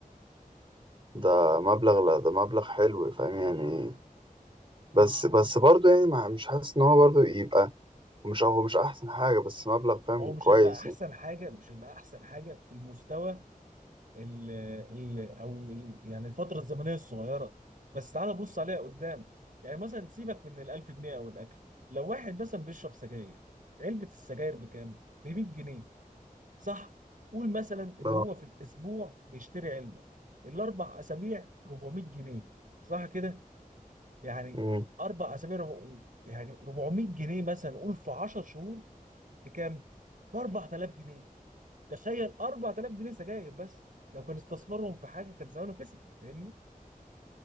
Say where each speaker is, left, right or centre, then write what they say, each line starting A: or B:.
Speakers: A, on the right; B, on the right.
A: ده مبلغ لا ده مبلغ حلو فاهم يعني بس بس برضه يعني ما مش حاسس إن هو برضه يبقى مش هو مش أحسن حاجة بس مبلغ فاهم
B: هو مش
A: كويس
B: هيبقى احسن
A: يعني
B: حاجه مش هيبقى احسن حاجه في المستوى ال ال او ال يعني الفتره الزمنيه الصغيره بس تعالى بص عليها قدام يعني مثلا سيبك من ال 1000 جنيه او الاكل لو واحد مثلا بيشرب سجاير علبه السجاير بكام؟ ب 100 جنيه صح قول مثلا ان
A: آه.
B: هو في الاسبوع بيشتري علبه الاربع اسابيع 400 جنيه صح كده يعني
A: أمم.
B: اربع اسابيع ربع... يعني 400 جنيه مثلا قول في 10 شهور بكام ب 4000 جنيه تخيل 4000 جنيه سجاير بس لو كان استثمرهم في حاجه كان زمانه كسب فاهمني